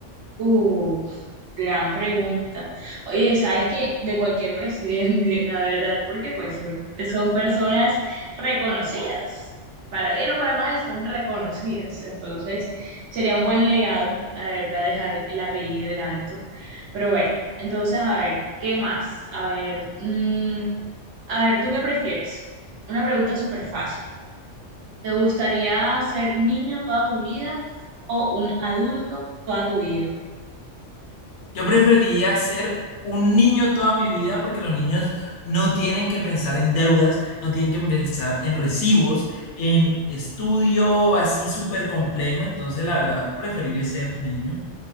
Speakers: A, on the right; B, on the left.
A: Uf, gran pregunta. Oye, ¿sabes qué? De cualquier presidente, <laughs> la verdad, porque pues obviamente son personas reconocidas. Para bien o para mal, son reconocidas. Entonces, sería un buen legado, la verdad, dejar el apellido en alto. Pero bueno, entonces, a ver, ¿qué más? A ver, mm, a ver, ¿tú qué prefieres? Una pregunta súper fácil. ¿Te gustaría ser niño toda tu vida o un adulto toda tu vida?
B: Yo preferiría ser un niño toda mi vida porque los niños no tienen que pensar en deudas, no tienen que pensar en recibos, en estudio así súper complejo, entonces la verdad preferible ser niño.